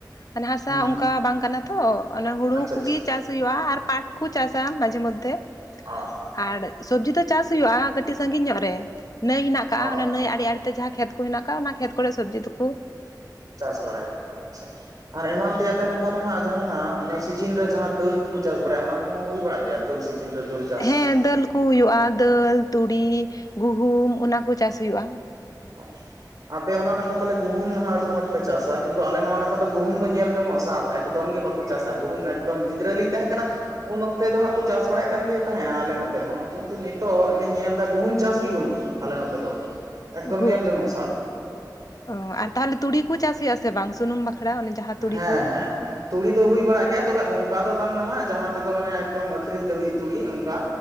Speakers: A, on the left; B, on the right.
A: ᱢᱮ ᱦᱟᱥᱟ
B: ᱦᱩᱸ
A: ᱚᱱᱠᱟ ᱵᱟᱝ ᱠᱟᱱᱟ ᱛᱚ ᱚᱱᱮ ᱦᱩᱲᱩ
B: ᱟᱪᱪᱷᱟ
A: ᱠᱩᱜᱮ
B: ᱟᱪᱪᱷᱟ
A: ᱪᱟᱥ ᱭᱼᱟ ᱟᱨ ᱯᱟᱴ ᱠᱩ ᱪᱟᱥᱟ ᱢᱟᱡᱮ ᱢᱚᱫᱫᱷᱮ
B: ᱚᱸ
A: ᱟᱨ ᱥᱚᱵᱽᱡᱤ ᱫᱚ ᱪᱟᱥ ᱦᱩᱭᱩᱜᱼᱟ, ᱠᱟᱴᱤᱡ ᱥᱟᱺᱜᱤᱧ ᱧᱚᱜ ᱨᱮ ᱱᱟᱹᱭ ᱦᱮᱱᱟᱜ ᱠᱟᱜᱼᱟ,
B: ᱦᱚᱸ
A: ᱚᱱᱟ ᱱᱟᱹᱭ ᱟᱲᱮ ᱟᱲᱮ ᱛᱮ ᱡᱟᱦᱟᱸ ᱠᱷᱮᱛ ᱦᱮᱱᱟᱜ ᱟᱠᱟᱫᱼᱟ ᱚᱱᱟ ᱠᱷᱮᱛ ᱠᱚᱨᱮ ᱥᱚᱵᱽᱡᱤ ᱫᱚᱠᱩ
B: ᱪᱟᱥ ᱵᱟᱲᱟᱭᱟ ᱟᱪᱷᱟ ᱟᱨ ᱮᱢᱟᱱ ᱛᱮᱭᱟᱜ ᱱᱚᱝᱠᱟ ᱱᱟᱜᱼᱟ ᱡᱟᱦᱱᱟᱜ ᱥᱤᱡᱤᱱ ᱨᱮ ᱡᱟᱦᱟᱸ ᱫᱟᱹᱞ ᱠᱚᱠᱚ ᱪᱟᱥ ᱵᱟᱲᱟᱭᱟ ᱚᱱᱟ ᱠᱚᱦᱚᱸ ᱦᱩᱭ ᱵᱟᱲᱟᱜ ᱜᱮᱭᱟ ᱫᱟᱹᱞ ᱥᱤᱡᱤᱱ ᱤᱱ <unintelligible>
A: ᱦᱮᱸ ᱫᱟᱹᱞ ᱠᱩ ᱦᱩᱭᱩᱜᱼᱟ ᱫᱟᱹᱞ, ᱛᱩᱲᱤ, ᱜᱩᱦᱩᱢ ᱚᱱᱟᱠᱚ ᱪᱟᱥ ᱦᱩᱭᱩᱜᱼᱟ <inaudible>
B: ᱚ ᱟᱯᱮ ᱚᱱᱟ ᱱᱟᱠᱷᱟ ᱛᱟᱞᱮ ᱜᱩᱢ ᱱᱟᱦᱟᱜ ᱟᱹᱰᱤ ᱢᱚᱸᱡᱽ ᱯᱮ ᱪᱟᱥᱟ ᱠᱤᱱᱛᱩ ᱟᱞᱮ ᱱᱚᱣᱟ ᱱᱟᱠᱷᱟ ᱫᱚ ᱜᱩᱦᱩᱢ ᱫᱚ ᱧᱮᱞ ᱡᱚᱝᱚᱜᱼᱟ ᱥᱟᱫ ᱮᱠᱫᱚᱢ ᱜᱤ ᱵᱟ ᱠᱚ ᱪᱟᱥᱟ ᱜᱩᱦᱩᱢ ᱮᱠᱫᱚᱢ ᱜᱤᱫᱽᱨᱟᱹ ᱞᱤᱧ ᱛᱟᱦᱮᱸ ᱠᱟᱱᱟ ᱩᱱ ᱚᱠᱛᱮ ᱫᱚ ᱦᱟᱜ ᱠᱚ ᱪᱟᱥ ᱵᱟᱲᱟᱭᱮᱫ ᱠᱟᱱ ᱜᱮ ᱛᱟᱦᱮᱸᱼᱟ, ᱟᱞᱮ ᱱᱚᱛᱮ ᱦᱚᱸ ᱠᱤᱱᱛᱩ ᱱᱤᱛᱚᱜ ᱞᱤᱧ ᱧᱮᱞ ᱮᱫᱟ ᱜᱩᱦᱩᱢ ᱪᱟᱥ ᱜᱮ ᱵᱟᱹᱱᱩᱜᱼᱟ᱾ ᱟᱞᱮ ᱱᱚᱛᱮ ᱫᱚ ᱮᱠᱫᱚᱢ
A: ᱜᱩ
B: ᱧᱮᱞ ᱡᱚᱝᱚᱜᱼᱟ ᱥᱟᱫ
A: ᱚ ᱟᱨ ᱛᱟᱦᱚᱞᱮ ᱛᱩᱲᱤ ᱠᱚ ᱪᱟᱥ ᱦᱩᱭᱩᱜᱼᱟ ᱥᱮ ᱵᱟᱝ ᱥᱩᱱᱩᱢ ᱵᱟᱠᱷᱨᱟ ᱡᱟᱦᱟᱸ ᱛᱩᱲᱤ
B: ᱦᱮᱸ
A: ᱠᱚ
B: ᱦᱮᱸ
A: ᱪᱟᱥ ᱜᱮᱭᱟ
B: ᱛᱩᱲᱤ ᱫᱚ ᱦᱩᱭ ᱵᱟᱲᱟᱜ ᱜᱮᱭᱟ ᱛᱚ ᱵᱮ ᱚᱱᱠᱟ ᱫᱚ ᱵᱟᱝ ᱱᱟᱦᱟᱜ ᱡᱟᱦᱟᱸ ᱛᱮ ᱫᱚ ᱢᱟᱱᱮ ᱮᱠᱫᱚᱢ ᱟᱠᱷᱨᱤᱧ ᱫᱷᱟᱹᱵᱤᱡ ᱛᱩᱲᱤ ᱚᱱᱠᱟ